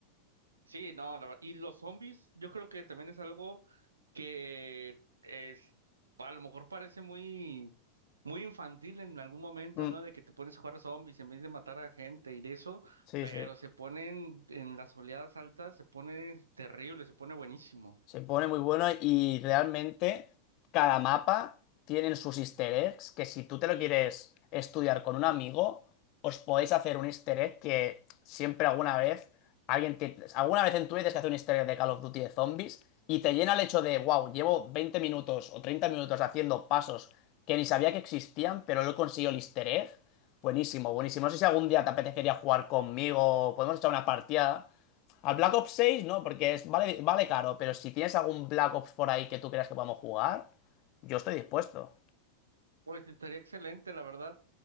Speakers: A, on the right; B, on the left.
A: Sí, no, la ver- y los zombies, yo creo que también es algo que es, a lo mejor parece muy, muy infantil en algún momento,
B: Mm,
A: ¿no? De que te pones a jugar a zombies en vez de matar a gente y de eso,
B: sí,
A: pero
B: sí.
A: se ponen en las oleadas altas, se pone terrible, se pone buenísimo.
B: Se pone muy bueno y realmente cada mapa tiene sus easter eggs que si tú te lo quieres estudiar con un amigo, os podéis hacer un easter egg que siempre alguna vez alguien te- alguna vez en tu vida tienes que hacer un easter egg de Call of Duty de zombies y te llena el hecho de, wow, llevo 20 minutos o 30 minutos haciendo pasos que ni sabía que existían, pero no he conseguido el easter egg. Buenísimo, buenísimo. No sé si algún día te apetecería jugar conmigo, podemos echar una partida. Al Black Ops seis no, porque es, vale, vale caro, pero si tienes algún Black Ops por ahí que tú creas que podamos jugar, yo estoy dispuesto.
A: Pues estaría excelente, la verdad.